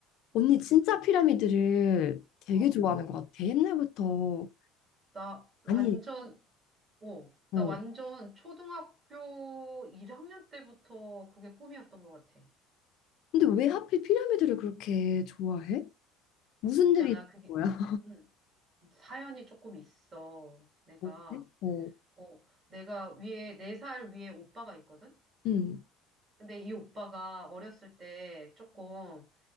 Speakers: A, on the left; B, on the right.
A: 언니
B: 어,
A: 진짜 피라미드를 되게
B: 어.
A: 좋아하는 것 같아. 옛날부터.
B: 나 완전,
A: 아니,
B: 어, 나
A: 어.
B: 완전 초등학교 1학년 때부터 그게 꿈이었던 것 같아.
A: 근데 왜 하필 피라미드를 그렇게 좋아해? 무슨
B: 있잖아,
A: 일이 있는
B: 그게.
A: 거야?
B: 음. 사연이 조금 있어. 내가,
A: <laughs> 뭔데? 어,
B: 어, 내가 위에, 네 살 위에 오빠가 있거든?
A: 응,
B: 근데 이 오빠가 어렸을 때 조금,